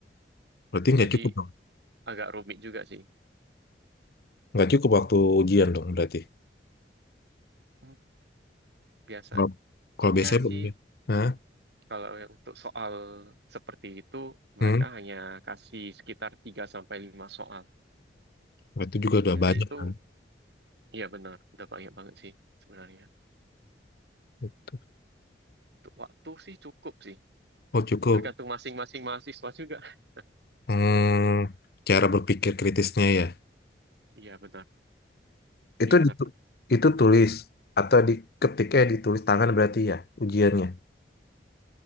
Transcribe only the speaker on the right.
Jadi
agak rumit juga sih.
Hmm. Biasanya
sih
kalau yang untuk soal seperti itu mereka
hanya kasih sekitar 3 sampai 5 soal.
Jadi
itu
ya benar, udah banyak banget sih sebenarnya.
Untuk waktu sih cukup sih.
Tergantung masing-masing mahasiswa juga. <laughs>
Iya benar,
iya benar
Pak.